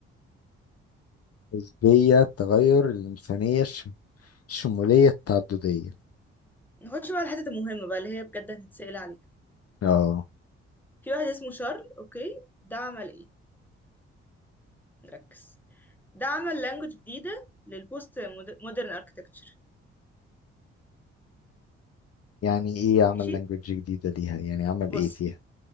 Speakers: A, on the left; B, in the centre.
A: <laughs> نسبيه التغير الانسانيه الشم- الشموليه التعدديه
B: نخش بقى على الحتت المهمة بقى اللي هي بجد هنتسأل عليها
A: اه
B: في واحد اسمه شارل أوكي ده عمل إيه؟ ركز ده عمل لانجوج جديدة للبوست مودرن اركتكتشر
A: يعني ايه عمل
B: ماشي
A: لانجوج جديده ليها يعني عمل
B: بص
A: ايه فيها